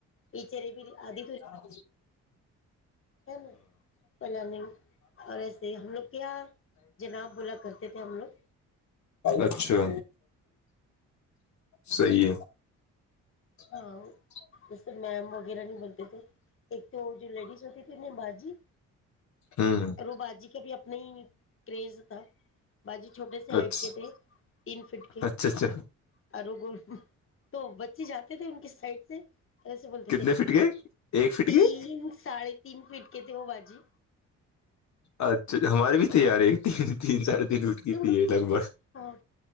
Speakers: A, on the left; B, on the left.
A: یہچر بھی آد
B: ہاں
A: ہے نا پلانے میں، اور ایسے ہم لوگ کیا جناب بولا کرتے تھے ہم لوگ
B: اچھا صی ہے <unintelligible>
A: ہاں جیسے میم وغیرہ نہیں بلتے تھ ایک تو جو لیڈیز ہوتی تھی انیں باجی
B: ہوں
A: وہ بجی کا بھی اپنا ہی کریز تھا باازی چھوٹے سے
B: اچھا
A: ہائڈ کے تھے تین فٹ کے
B: اچھا اچھا
A: اوررو گول تو بچی جات تھے ان کی سائڈ سے سے بولتے
B: کتنے
A: تھے
B: فٹ گئے ایک فٹ
A: تین
B: گئے
A: ساھے تین پٹکے تھے ہو باجی
B: اچھا ہماری بھی تیار ایک تین تین ساڑھے تین وٹ کی
A: تو
B: تھی یہ لگ بھگ
A: ہاں